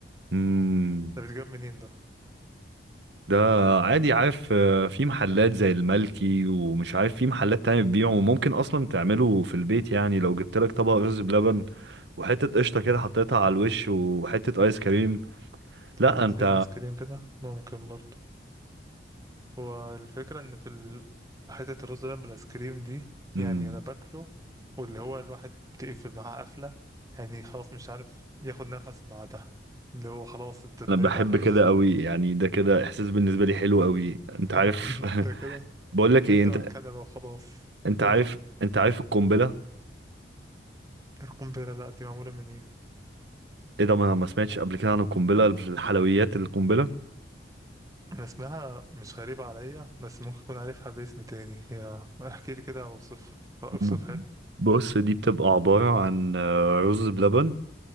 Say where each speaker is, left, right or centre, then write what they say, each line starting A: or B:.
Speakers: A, on the right (about 75°); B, on the right (about 20°).
A: امم
B: ده بيتجاب منين ده
A: ده عادي عارف آه، في محلات زي الملكي ومش عارف في محلات تانية بتبيعه وممكن اصلا تعمله في البيت يعني لو جبت لك طبق رز بلبن وحتة قشطة كده
B: امم
A: حطيتها على الوش وحتة ايس كريم لا
B: بولتين
A: انت
B: ايس كريم كده ممكن برضه هو الفكرة إن في ال- حتة الرز بلبن بالآيسكريم دي
A: مم.
B: يعني أنا باكله واللي هو الواحد بتقفل معاه قفلة يعني خلاص مش عارف ياخد نفس بعدها اللي هو خلاص أنت اتمريت
A: انا بحب
B: على الآخر
A: كده قوي يعني ده كده احساس بالنسبه لي حلو قوي انت
B: <laughs>
A: عارف
B: أنت
A: <laughs>
B: كده
A: بقول لك ايه
B: أنت
A: انت
B: والكنبة وخلاص
A: انت
B: قول
A: عارف انت عارف القنبله
B: القنبلة لأ دي معمولة من إيه؟
A: ايه ده ما ما سمعتش قبل كده عن القنبله الحلويات القنبله
B: أنا اسمها مش غريبة عليا بس ممكن أكون عارفها باسم تاني هي احكي لي كده أوصف أوصفها
A: ب-
B: لي
A: بص دي بتبقى عباره عن آه، رز بلبن